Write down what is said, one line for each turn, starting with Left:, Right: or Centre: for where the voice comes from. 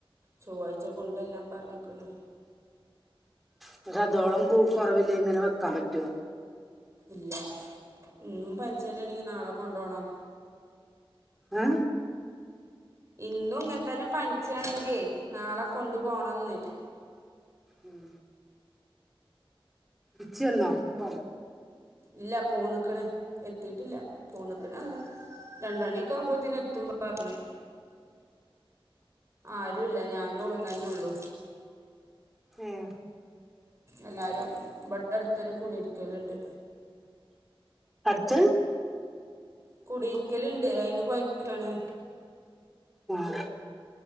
Right: ചൊവ്വാഴ്ച കൊണ്ട എല്ലാം പറഞ്ഞക്കണ്
Centre: പക്ഷെ അതോളം കു കുറവില്ല ഇങ്ങനെ വെക്കാൻ പറ്റുവോ
Right: ഇല്ല ഇന്നും പനിച്ച തന്ന എണക്ക് നാളെ കൊണ്ട പോോണം
Centre: ഏ
Right: ഇന്നും ഇങ്ങനെ തന്നെ പനിച്ചാണെങ്കി നാളെ കൊണ്ടു പോോണെന്ന്
Centre: ഉം ഇിച്ചന്നോപ്പം
Right: ഇല്ല പോ നിക്കണ എത്തിട്ടില്ല പോ നിക്കണ അത് രണ്ട മണിയക്കെ ആവുമ്പോത്തിെ എത്തുമ്പ പറഞ്ഞ ആര ല്ല ഞാനും ഉള്ളും തന്നെ ഉള്ളൂ
Centre: ആഹ
Right: എല്ലാരും ഇവിടെ അടുത്തൊരു കുടയിരിക്കൽുണ്ട്
Centre: അടുത്ത
Right: കുടരിക്കല ഇണ്ട് അയിന് പോയ്ക്കാണ്
Centre: ആഹ